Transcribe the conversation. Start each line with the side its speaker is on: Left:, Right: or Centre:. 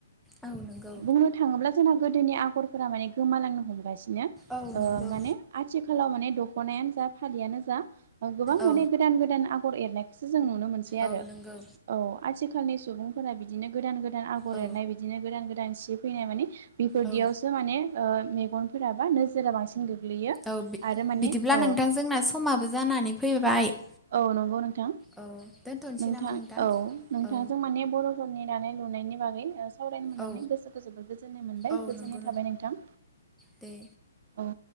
Centre: औ नोंगौ।
Right: बुंनो थाङोब्ला जोंना गोदोनि आगरफोरा माने गोमालांनो हमगासिनो।
Centre: औ
Right: ओ
Centre: नंगौ
Right: माने आथिखालाव माने दख'नायानो जा फालियानो जा गोबां माने।
Centre: औ
Right: गोदान गोदान आगर एरनायखौसो जों नुनो मोनसै आरो।
Centre: औ नंगौ
Right: औ आथिखालनि सुबुंफोरा बिदिनो गोदान गोदान आगर
Centre: औ
Right: एरनाय बिदिनो गोदान गोदान सि फैनाय माने बेफोरदियावसो
Centre: औ
Right: माने ओ मेगनफोरा बा नोजोरा बांसिन गोग्लैयो।
Centre: औ बि
Right: आरो माने
Centre: बिदिब्ला
Right: औ
Centre: नोंथांजोंना समाबो जानानै फैबाय।
Right: औ नंगौ नोंथां
Centre: औ दोनथ'नोसै
Right: नोंथां
Centre: नामा
Right: औ नोंथाङ
Centre: औ
Right: जों मान बर' समनि दानाय लुनायनि बागै सावरायनो मोननानै
Centre: औ
Right: गोसोखौ जोबोद गोजोननाय मोनबाय
Centre: औ
Right: गोजोननाय
Centre: नंगौ
Right: थाबाय नोंथां।
Centre: दे
Right: औ